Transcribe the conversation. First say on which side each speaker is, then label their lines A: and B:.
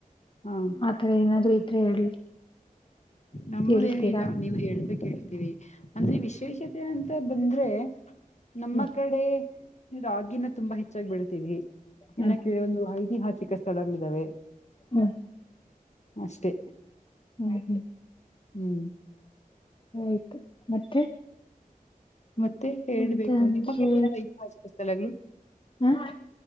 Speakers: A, on the left; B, on the left.
A: ಹಾ
B: ಆತರ ಏನಾದ್ರು ಇದ್ರೆ ಹೇಳ
A: ನಮ್ಮದೇನು
B: ಹೇಳ್ತೀರಾ
A: ಇಲ್ಲ ನೀವು ಹೇಳ ಕೇಳ್ತೀವಿ ಅಂದ್ರೆ ವಿಶೇಷತೆ ಅಂತ ಬಂದ್ರೆ ನಮ್ಮ
B: ಹ್ಮ್
A: ಕಡೆ, ನೀವು ರಾಗಿನ ತುಂಬಾ ಹೆಚ್ಚಾಗಿ ಬೆಳ್ತೀವಿ ಇನ್ನ
B: ಹ್ಮ್
A: ಕೇಳ ಅಂದ್ಲು ಐದು ಹತ್ತು ಚಿಕ ಚಡಗ್ಲಿದ್ದಾವೆ
B: ಹ್ಮ್
A: ಅಷ್ಟೆ
B: ಹ್ಮ್ ಹ್ಮ್
A: ಹ್ಮ್
B: ಆಯ್ತು ಮತ್ತೆ
A: ಮತ್ತೆ ಹೇಳ್ಬೇಕು
B: ಅಂತ ಅಂದ್ರೆ
A: ನಿಮ್ಮ ಕಡೆ ಏನರ <unintelligible>
B: ಹ